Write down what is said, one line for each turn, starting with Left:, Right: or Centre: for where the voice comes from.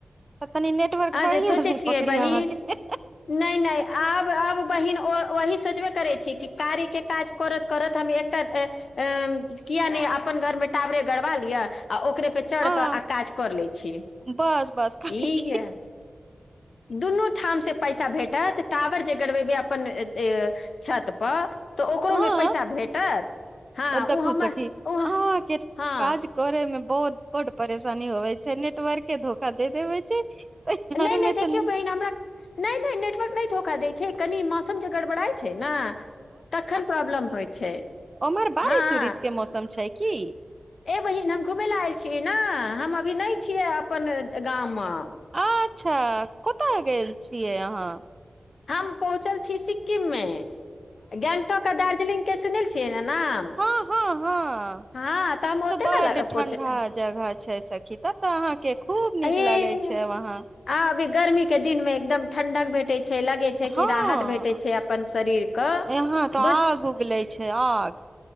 Right: तनी नेटवर्क
Left: आ
Right: बढ़ियां
Left: जे सोचै
Right: छै
Left: छियै
Right: पकड़िय
Left: बहिन
Right: अहाँके
Left: नहि नहि आब आब बहिन वही सोचवे करै छी कि कार्य के काज करत करत हम एकटा किया नयि अपन घरमे टावरे गड़बा लिअ आ ओकरे पे चढ़
Right: हँ
Left: क आ काज कर लै छी
Right: बस-बस काहे
Left: ई
Right: कि
Left: दुनू ठाम से पैसा भेटत टावर जे गड़बेबे अपन ए छत पर तऽ ओकरोमे
Right: हाँ
Left: पैसा भेटत हँ
Right: देखू
Left: ओ हमर
Right: सखी
Left: ओ
Right: अहाँ के
Left: हँ
Right: काज करेमे बहुत बड परेशानी होवे छै नेटवर्क के धोखा दे देबे छै तऽ घर
Left: नहि
Right: में
Left: नहि देखियौ
Right: तऽ
Left: बहिने हमरा नहि नहि नेटवर्क नहि धोखा दैत छै कनि मौसम जे गड़बड़ाइत छै ने तखन प्रॉब्लम होइ छै <unintelligible>
Right: ओम्हर बारिश
Left: हँ
Right: उरिश के मौसम छै की
Left: ए बहिन हम घुमै ले आयल छी नहि हम अभी नहि छियै अपन गाम म
Right: अच्छा कत गेल छियै अहाँ
Left: हम पहुँचल छी सिक्किममे गेंगटोक आ दार्जिलिंग के सुनल छियै ने नाम
Right: हाँ हाँ हाँ
Left: हँ हम ओते
Right: तऽ बड
Left: ने लग-
Right: ठण्डा
Left: पहुँच अ
Right: जगह छै सखी त तऽ अहाँके खूब
Left: अहे
Right: नीक लागै छै वहाँ
Left: आ अभी गर्मी के दिन मे एकदम ठणडक भेटै छै लगै छै
Right: हँ
Left: कि राहत भेटै छै अपन शरीरक
Right: यहाँ तऽ आग
Left: बड
Right: उगले छै आग